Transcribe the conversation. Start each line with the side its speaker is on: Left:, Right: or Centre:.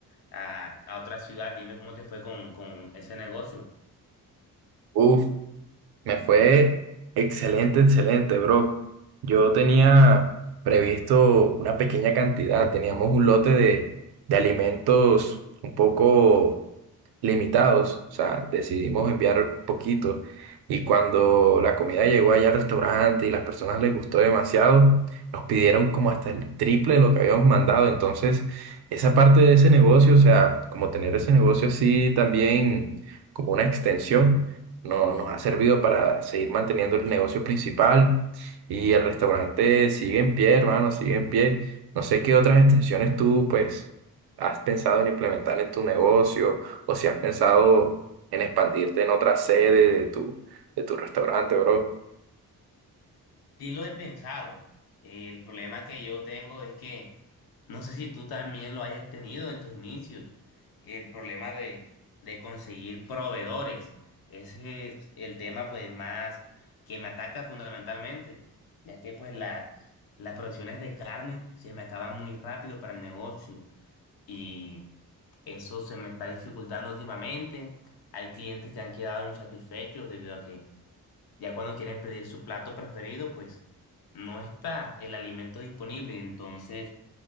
Left: a, a otra ciudad. Dime cómo te fue con, con ese negocio.
Right: Uf, Me fue excelente, excelente, bro. Yo tenía previsto una pequeña cantidad, teníamos un lote de, de alimentos un poco limitados, o sea, decidimos enviar poquito. Y cuando la comida llegó allá al restaurante y las personas les gustó demasiado, nos pidieron como hasta el triple de lo que habíamos mandado. Entonces, esa parte de ese negocio, o sea, como tener ese negocio así también como una extensión, no, nos ha servido para seguir manteniendo el negocio principal y el restaurante sigue en pie, hermano, sigue en pie. No sé qué otras extensiones tú, pues, has pensado en implementar en tu negocio o si has pensado en expandirte en otra sede de tu, de tu restaurante, bro.
Left: Sí lo he pensado. El problema que yo tengo es que no sé si tú también lo hayas tenido en tus inicios. El problema de, de conseguir proveedores. Ese es el tema pues más que me ataca fundamentalmente, ya que pues la- las provisiones de carne se me acaban muy rápido para el negocio y eso se me está dificultando últimamente. Hay clientes que han quedado insatisfechos debido a que ya cuando quieren pedir su plato preferido, pues no está el alimento disponible. Entonces,